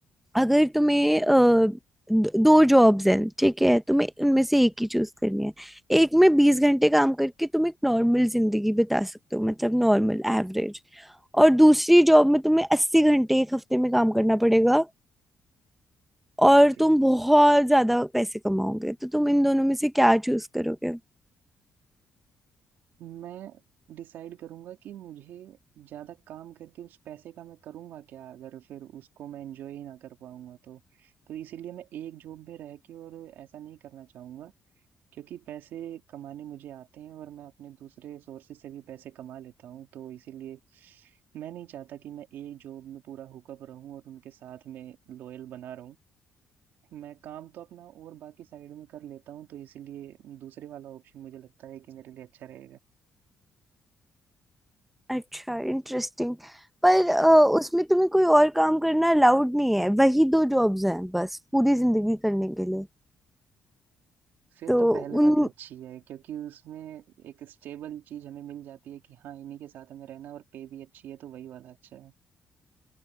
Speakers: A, in the centre; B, on the right.
A: अगर तुम्हें अ, द- दो जॉब्स हैं ठीक है तुम्हें उनमें से एक ही चूज करनी है एक में बीस घंटे काम करके तुम एक नॉर्मल जिंदगी बिता सकते हो मतलब नॉर्मल एवरेज और दूसरी जॉब में तुम्हें अस्सी घंटे एक हफ्ते में काम करना पड़ेगा और
B: ओके
A: तुम बहुत ज्यादा पैसे कमाओगे तो तुम इन दोनों में से क्या चूज करोगे
B: मैं डिसाइड करूंगा कि मुझे ज्यादा काम करके उस पैसे का मैं करूंगा क्या अगर फिर उसको मैं एंजॉय ही ना कर पाऊंगा तो तो इसीलिए मैं एक जॉब में रह के और ऐसा नहीं करना चाहूंगा क्योंकि पैसे कमाने मुझे आते हैं और मैं अपने दूसरे सोर्सेज से भी पैसे कमा लेता हूँ तो इसीलिए मैं नहीं चाहता कि मैं एक जॉब में पूरा हुकअप रहूं और उनके साथ में लॉयल बना रहूं मैं काम तो अपना और बाकी साइड में कर लेता हूँ तो इसीलिए दूसरे वाला ऑप्शन मुझे लगता है कि मेरे लिए अच्छा रहेगा
A: अच्छा इंटरेस्टिंग पर अ, उसमें तुम्हें कोई और काम करना अलाउड नहीं है वही दो जॉब्स हैं बस पूरी जिंदगी करने के लिए
B: फिर
A: तो
B: तो पहले वाली
A: उन
B: अच्छी है क्योंकि उसमें एक स्टेबल चीज हमें मिल जाती है कि हाँ इन्हीं के साथ हमें रहना है और पे भी अच्छी है तो वही वाला अच्छा है